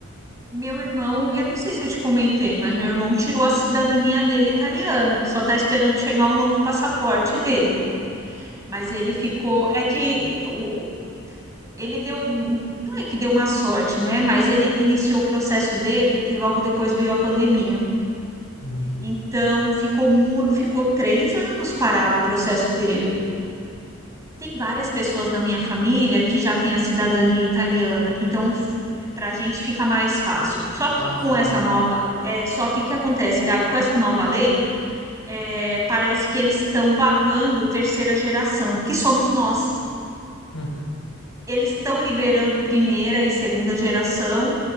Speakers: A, on the right; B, on the left.
A: Meu irmão, eu não sei se eu te comentei, mas meu irmão tirou a cidadania dele italiana, só está esperando chegar o novo passaporte dele. Mas ele ficou. É que o- ele deu. Não é que deu uma sorte, né? Mas ele iniciou o processo dele e logo depois veio a pandemia.
B: Hum,
A: Então ficou, mu- ficou três anos parado o processo dele. Tem várias pessoas na minha família que já têm a cidadania italiana, então para a gente fica mais fácil. Só que
B: fácil,
A: com essa
B: é.
A: nova. É, só que o que acontece, Gabi? Com essa nova lei, é, parece que eles estão barrando terceira geração, que somos nós.
B: Uhum,
A: Eles estão liberando primeira e segunda geração,